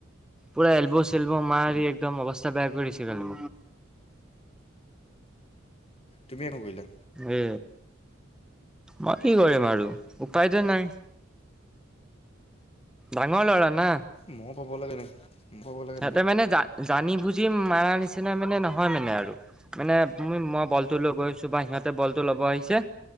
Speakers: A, in the centre; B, on the left.
A: পুৰা এল্বো- চেল্ব মাৰি
B: উম
A: একদম অৱস্থা বেয়া কৰিছে কালি।
B: তুমি একো কৰিলা
A: এ, মই কি কৰিম আৰু উপায়তো নাই। ডাঙৰ লৰা। না
B: মই পাব লাগে ন। মই পাব লাগে
A: সিহঁতে
B: নক
A: মানে য জানি বুজি মাৰা নিচিনা মানে নহয় মানে আৰু মানে উ, মই বলটো লৈ গৈছো বা সিহঁতে বলটো ল'ব আহিছে,